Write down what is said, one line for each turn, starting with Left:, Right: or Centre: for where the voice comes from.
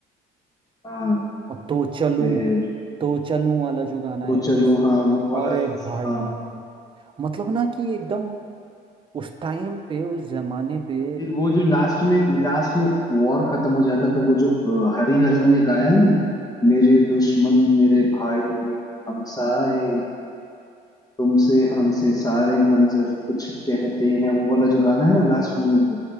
Left: हाँ
Right: और तो चलूं
Left: फिर
Right: तो चलूं वाला जो गाना
Left: तो
Right: है
Left: चलो
Right: जिस
Left: हाँ वो वाला
Right: अरे भाई
Left: हाँ
Right: मतलब ना कि एकदम उस टाइम पे उस जमाने पे
Left: फिर वो जो लास्ट में लास्ट में वॉर खत्म हो जाता तो वो जो अ, हरिहरन ने गाया ना मेरे दुश्मन मेरे भाई मेरे हमसाए तुमसे हमसे सारे मंजर कुछ कहते हैं वो वाला जो गाना है ना लास्ट मोमेंट पे